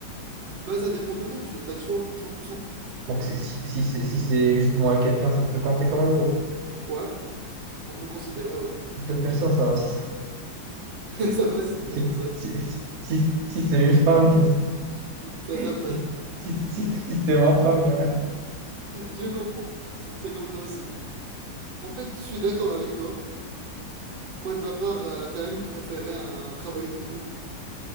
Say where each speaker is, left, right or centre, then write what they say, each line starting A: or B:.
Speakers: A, on the right (about 70°); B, on the right (about 55°).
A: bah, ça dépend de toi. Tu as le choix à 100%.
B: Donc c'est- si, si, c'est si c'est juste moi et quelqu'un, ça peut compter comme un groupe.
A: Ouais, on peut le considérer, ouais.
B: Deux personnes, ça va. Si,
A: <laughs> Ça passe, c'est des
B: si,
A: personnes.
B: si, si- si c'est une femme, <laughs>
A: Ça,
B: si,
A: ça passe.
B: si, si- si c'est ma femme, euh,
A: Je comprends. C'est compréhensible. En fait, je suis d'accord avec toi. Moi, de ma part, euh, quand même, je préférais un travail de groupe.